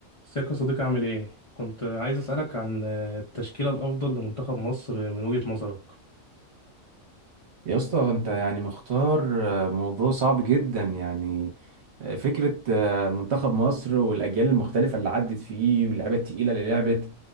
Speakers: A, on the left (about 35°); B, on the right (about 55°).
A: ازيك يا صديقي عامل ايه؟ كنت عايز اسألك عن التشكيلة الأفضل لمنتخب مصر من وجهة نظرك
B: يا اسطى انت يعني مختار آه، موضوع صعب جدا يعني آه، فكرة آه، منتخب مصر والأجيال المختلفة اللي عدت فيه واللعيبة التقيلة اللي لعبت